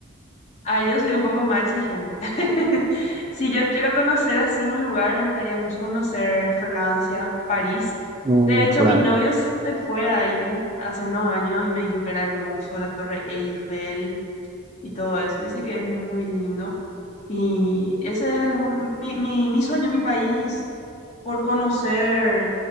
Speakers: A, on the left; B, on the right.
A: ay, yo soy un poco más exigente. <laughs> Si yo quiero conocer así un lugar, me gustaría mucho conocer Francia, París.
B: <laughs> mm,
A: De hecho,
B: Fran?
A: mi novio se fue ahí hace unos años y me dijo que era hermoso, la Torre Eiffel, y todo eso. Dice que es muy lindo. Y ese es algún, mi, mi, mi sueño, mi país, por conocer